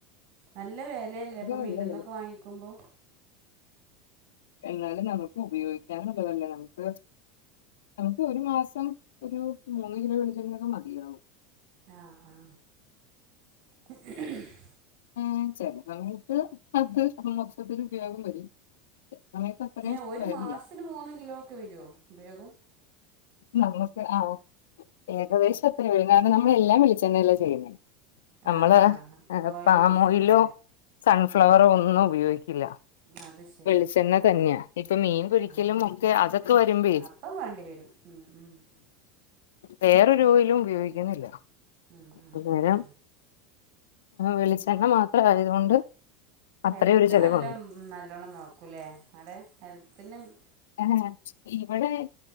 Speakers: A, on the right; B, on the left.
A: നല്ല വലയല്ലേ അപ്പൊ
B: നല്ല
A: മില്ല്ന്നൊക്കെ
B: വില
A: വാങ്ങിക്കുമ്പോ?
B: എന്നാലും നമുക്ക് ഉപയോഗിക്കാനുള്ളള്ളതല്ലേ നമുക്ക് നമുക്ക് ഒരു മാസം. ഒരു മൂന്ന് കിലോ വിളിച്ചെങ്കനൊക്കെ മതിയാകവും.
A: ആഹ ആഹ
B: ഏ ചിലതഞ്ഞിട്ട് അത് മോക്ഷത്തിന് ഉപയോഗം വരും. സമയത്ത് അത്രയും
A: ഏ ഒരു
B: വരില്ല
A: മാസത്തിന് മൂന്ന് കിലോ ഒക്കെ വരെ ഉപയോഗം.
B: നമുക്ക് ആഹ ഏകദേശം കാരണം നമ്മളെല്ലാം വിളിച്ചെണ്ണല്ല ചെയ്യേ നമ്മള്
A: ആ ഓയിൽ
B: പാം
A: യൂസ്
B: ഓയിലോ
A: ഇല്ലല്ലേ
B: സൺഫ്ലവറോ ഒന്നും ഉപയോഗിക്കില്ല.
A: അത് ശ ശരി
B: വെളിച്ചെണ്ണ
A: ആ
B: തന്നെയാ ഇപ്പൊ മീൻ പൊരിക്കലും
A: ആഹ
B: ഒക്കെ അതൊക്കെ വരുമ്പേ
A: അപ്പം വേണ്ടി വരും ഉ ഉ <inaudible>
B: വേറൊരുയിലും ഉപയോഗിക്കുന്നില്ല
A: ഉം ഉം
B: അനോരം
A: ഉം
B: വെളിച്ചെണ്ണ മാത്രം ആയതുകൊണ്ട്. അത്രയും
A: ഹെൽത്ത്
B: ഒരു ചെലവുണ്ട്
A: നല്ല നല്ലോണം നോക്കൂല്ലേ അടെ ഹെൽത്തിനന്.
B: ആഹ ഇവിടെ